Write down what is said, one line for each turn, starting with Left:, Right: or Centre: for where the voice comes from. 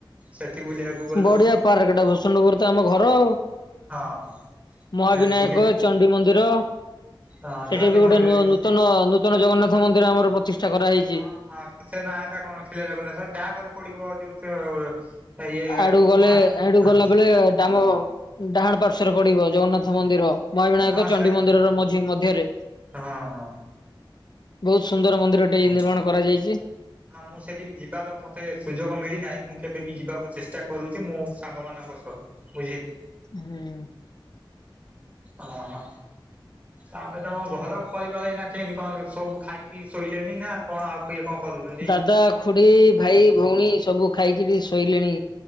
Right: ସେଠି ବୁଲିବାକୁ ଗଲୁ
Left: ବଢିଆ ପାର୍କ ଟା ଭୂସୁଣପୁର ତ ଆମ ଘର ଆଉ।
Right: ହଁ
Left: ମହାବିନାୟକ,
Right: ସେ ବୁଲି
Left: ଚଣ୍ଡି ମନ୍ଦିର
Right: ହଁ
Left: ସେଠି
Right: ଚଣ୍ଡି
Left: ବି
Right: ମନ୍ଦିର
Left: ଗୋଟେ ନୂଆ
Right: ହଁ
Left: ନୂ ତନ ନୂତନ ଜଗନ୍ନାଥ ମନ୍ଦିର ଆମର ପ୍ରତିଷ୍ଟା କରା ହେଇଛି।
Right: ହଁ ହଁ ସେ ନାଁ ଟା କଣ ଥିଲା ଜଗନ୍ନାଥ ଦାଁ କରେ ପଡିବ ଯୋଉ ଇଏ
Left: ଆଡୁ ଗଲେ
Right: ମହାବିନା
Left: ଆଡୁ
Right: ହଁ
Left: ଗଲା ବେଳେ ଡାମ ଡାହାଣ ପାର୍ଶ୍ୱ ରେ ପଡିବ ଜଗନ୍ନାଥ ମନ୍ଦିର ମହାବିନାୟକ
Right: ହଁ
Left: ଚଣ୍ଡୀ
Right: ସେଟା
Left: ମନ୍ଦିର ର ମଝି ମଧ୍ୟରେ।
Right: ହଁ ହଁ।
Left: ବହୁତ ସୁନ୍ଦର ମନ୍ଦିର ଟେ
Right: ହଁ।
Left: ନିର୍ମାଣ କରାଯାଇଛି।
Right: ହଁ ମୁଁ ସେଠିକି ଯିବାର ମତେ ସୁଯୋଗ ମିଳିନାହିଁ ମୁଁ କେବେ ବିି ଯିବାକୁ ଚେଷ୍ଟା କରୁଛି ମୁଁ ସାଙ୍ଗ ମାନଙ୍କ ସହ ବୁଝିଲି।
Left: ହୁଁ।
Right: ଓହୋ। ତାପରେ ତମ ଘର ପରିବାର ଏଇନା କେମିତି କଣ ସବୁ ଖାଇ କି ଶୋଇଲେଣିି ନା କଣ ଆଉ କେ କଣ କରୁଛନ୍ତି?
Left: ଦାଦା ଖୁଡି, ଭାଇ, ଭଉଣୀ ସବୁ ଖାଇକି ଶୋଇଲେଣି।